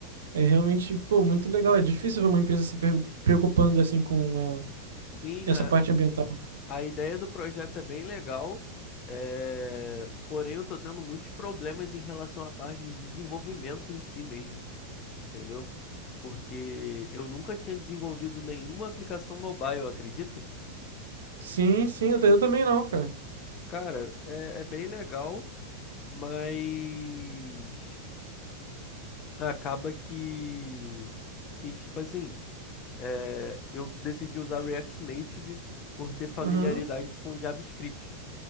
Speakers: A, on the right; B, on the left.
A: é realmente, pô, muito legal, é difícil ver uma empresa se pergu- preocupando, assim, com a-
B: Sim,
A: essa parte ambiental.
B: A ideia do projeto é bem legal, eh, porém eu tô tendo muitos problemas em relação à parte de desenvolvimento em si mesmo, entendeu? Porque eu nunca tinha desenvolvido nenhuma aplicação mobile, acredita?
A: Sim, sim, eu eu também não, cara.
B: Cara, é, é bem legal, mas acaba que, que tipo assim, eh, eu decidi usar React Native por ter familiaridade
A: Uhum,
B: com JavaScript.